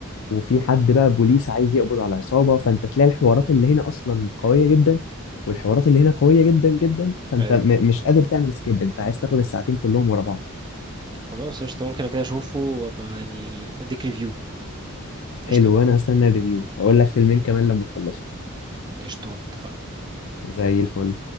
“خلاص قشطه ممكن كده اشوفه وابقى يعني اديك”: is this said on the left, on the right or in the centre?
Right